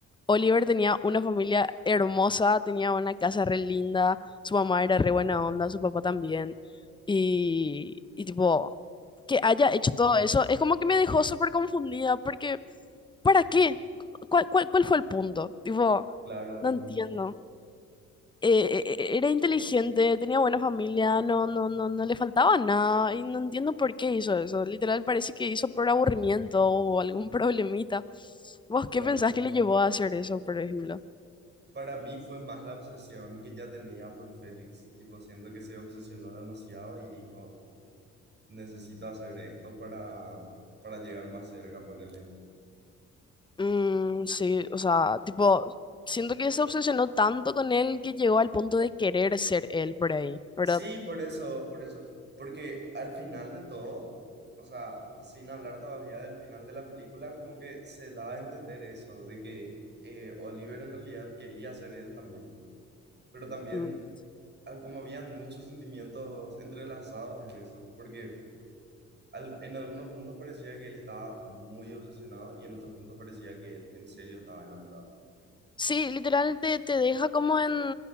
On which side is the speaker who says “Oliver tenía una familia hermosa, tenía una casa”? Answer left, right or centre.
Left